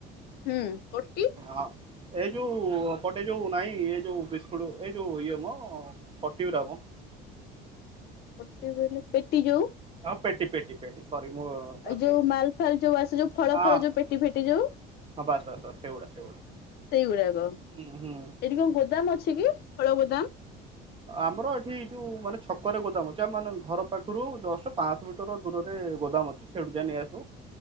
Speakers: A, on the left; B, on the right.
A: ହୁଁ ପଟି
B: ହଁ। ଏଇ ଯୋଉ ପଟେ ଯୋଉ ନାହିଁ ଏ ଯୋଉ ବିସ୍କୁଟ ଏଇ ଯୋଉ ଇଏ ମ ପଟିି ଗୁରା ମ
A: ଗୋଟେ ବେଲେ ପେଟି ଯଉ
B: ହଁ ପେଟି ପେଟି ପେଟି ସରି ମୁଁ ତାକୁ
A: ଏଇ ଯୋଉ ମାଲ ଫାଲ ଯୋଉ ଆସେ ଯୋଉ ଫଳ
B: ହଁ
A: ଫଳ ଯୋଉ ପେଟି ଫେଟି ଯୋଉ?
B: ହଁ ବାସ୍ ବାସ୍ ବାସ୍ ସେଗୁଡା ସେଗୁଡା
A: ସେଇଗୁଡାକ ଏଇଠି
B: ହୁଁ ହୁଁ।
A: କଣ ଗୋଦାମ ଅଛି କି ଫଳ ଗୋଦାମ?
B: ଆମର ଏଠି ଯୋଉ ମାନେ ଛକରେ ଗୋଦାମ ଯେ ମାନେ ଘର ପାଖରୁ ଜଷ୍ଟ ପାଞ୍ଚ ମିଟର ଦୂରରେ ଏ ଗୋଦାମ ଅଛି ସେଠୁ ଯା ନେଇ ଆସିବୁ